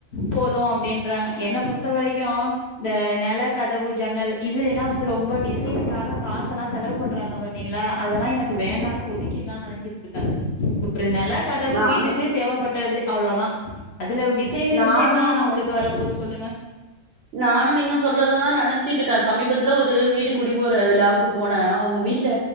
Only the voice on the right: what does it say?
நானு
நானு
நானு நீங்க சொல்றத தா நெனச்சிட்ருக்கே சமீபத்துல ஒரு வீடு குடி போற விழாவுக்கு போனே அவங்க வீட்டுல